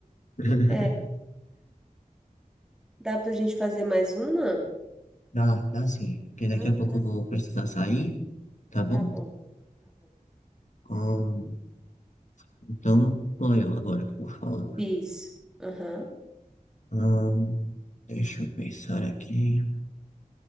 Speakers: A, on the left; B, in the centre.
A: <laughs>
B: É. Dá pra gente fazer mais uma?
A: Dá, dá sim. Porque daqui
B: Ah,
A: a pouco
B: tá.
A: eu vou precisar sair, tá bom?
B: Tá bom. Tá bom.
A: Ahn, então, sou eu agora que vou falar.
B: Isso. Aham.
A: Ahn, deixa eu pensar aqui.